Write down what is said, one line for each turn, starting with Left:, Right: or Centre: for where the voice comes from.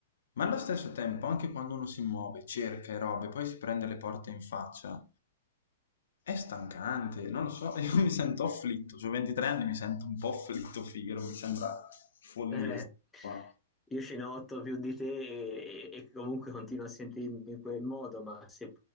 Left: Ma allo stesso tempo, anche quando uno si muove, cerca e robe, poi si prende le porte in faccia, è stancante, non lo so, <laughs> io mi sento afflitto, ho 23 anni, mi sento un po' afflitto, Figaro, mi sembra follia.
Centre: Eh,
Left: sta roba.
Centre: io ce ne ho otto più di te e, e comunque continuo a sentirmi in quel modo, ma se